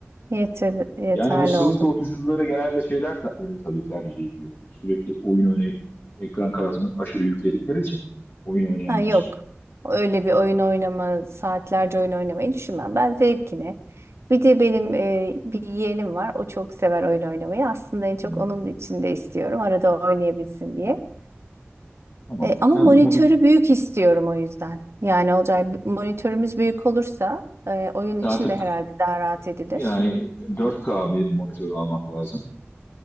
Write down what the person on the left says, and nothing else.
Yani bu sıvı
soğutucuları genelde şeyler ta- e, tabii tercih ediyor. Sürekli oyun oynayıp ekran kartını aşırı yükledikleri için oyun oynayanlar.
Hmm,
tamam.
Sen
monitör,
artık
yani 4K bir monitör almak lazım.